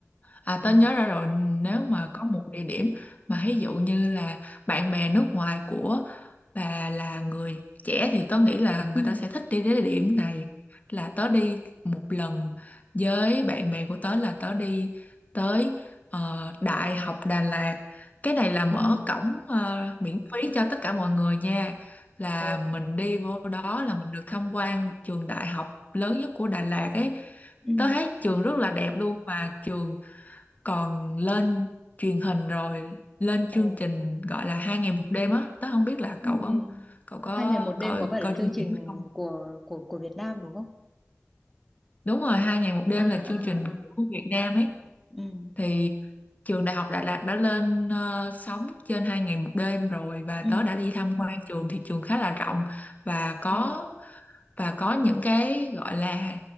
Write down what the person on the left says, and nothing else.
à
tớ nhớ ra rồi nếu mà có một địa điểm mà ví dụ như là bạn bè nước ngoài của bà là người trẻ thì tớ nghĩ là người
ta sẽ thích đi đến địa điểm này là tớ đi một lần với bạn bè của tớ là tớ đi tới ờ, Đại học Đà Lạt cái này là mở
cổng ờ, miễn phí cho tất cả mọi người nha là
mình đi vô đó là mình được tham quan trường đại học lớn nhất của Đà Lạt ấy
tớ thấy trường rất là đẹp luôn mà trường còn lên truyền hình rồi lên chương
trình gọi là hai ngày một đêm á tớ không biết
là cậu có
cậu có
coi
coi
chương
trình đó không
đúng rồi hai ngày một đêm
là chương
trình
của Việt Nam ấy
thì trường Đại học Đà Lạt đã lên ờ, sóng trên hai ngày một đêm rồi và tớ
đã đi tham quan trường thì trường khá là rộng và có
và có những cái gọi là